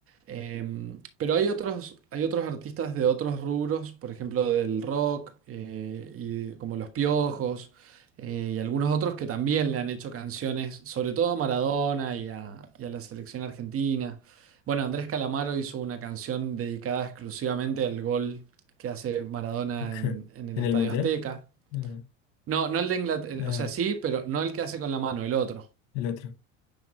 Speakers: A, on the right; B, on the left.
A: Em, pero hay otros, hay otros artistas de otros rubros, por ejemplo del rock, eh, y como Los Piojos eh, y algunos otros que también le han hecho canciones, sobre todo a Maradona y a, y a la selección argentina. Bueno, Andrés Calamaro hizo una canción dedicada exclusivamente al gol que hace Maradona
B: <laughs> ok.
A: en, en el
B: ¿En
A: Estadio
B: el mundial?
A: Azteca.
B: Ah,
A: No, no el de Inglaterra,
B: ah,
A: o sea, sí, pero no el que hace con la mano, el otro.
B: el otro.